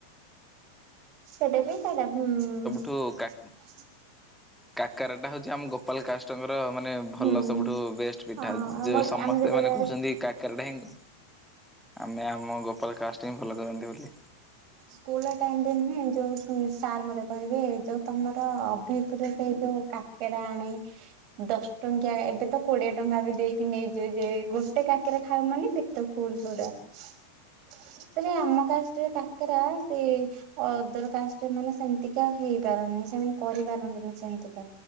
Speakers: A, on the right; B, in the centre.
A: ସେଟା ବି ସେଟା ହୁଁ।
B: ଠୁ କା
A: <unintelligible>
B: କାକେରା ଟା ହଉଛି ଆମ ଗୋ। କୋପାଲ କାଷ୍ଟଙ୍କର ମାନେ ଭଲ
A: ହୁଁ
B: ସବୁଠୁ ବେଷ୍ଟ ପିଠା
A: ହଁ ଆମର
B: ଯେଉଁ ସମସ୍ତେ
A: ଆମେ ଯେତେବେଳେ
B: ମାନେ କହୁଛନ୍ତି କା କେରେଡ଼େଇ ଆମେ ଆମ ଗୋପାଳ କାଷ୍ଟ ହି ଭଲ କରନ୍ତି ବୋଲି।
A: ସ୍କୁଲ ଟାଇମ ରେ ନୁହେଁ ଯୋଉ ସାର୍ ମତେ କହିବେ ଯୋଉ ତମର ଅଫିସ ରେ ସେଇ ଯୋଉ କାକେରା ଆଣେ। ଦଶ ଟଙ୍କିଆ ଏବେ ତ କୋଡିଏ ଟଙ୍କା ବି ଦେଇକି ନେଇଯିବେ ଯେ ଗୋଟେ କାକରା ଖାଇବାମାନେ ପେଟ ଫୁଲ ପୁରା ସେତେରେ ଆମ କାଷ୍ଟ ରେ କାକରା ସେ ଅଦର କାଷ୍ଟ ମାନେ ସେମିତିକା ହେଇପାରନ୍ତିନି ସେମାନେ କରିପାରନ୍ତିନି ସେମିତିକା।